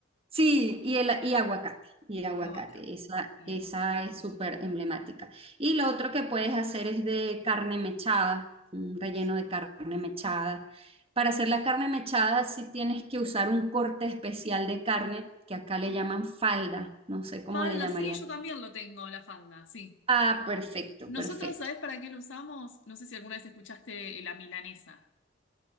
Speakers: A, on the right; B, on the left.
A: Sí, y, el, y aguacate, y aguacate,
B: Y aguacate.
A: esa,
B: Bien.
A: esa es súper
B: Qué rico.
A: emblemática. Y lo otro que puedes hacer es de carne mechada, un
B: Uy,
A: relleno
B: sí.
A: de carne mechada. Para hacer la carne mechada sí tienes que usar un corte especial de carne, que acá le
B: Ah,
A: llaman falda, no sé cómo
B: Falda,
A: le llamarían.
B: sí, yo también lo tengo, la falda, sí.
A: Ah, perfecto,
B: Nosotros,
A: perfecto.
B: ¿sabés para qué lo usamos? No sé si alguna vez escuchaste eh, la milanesa.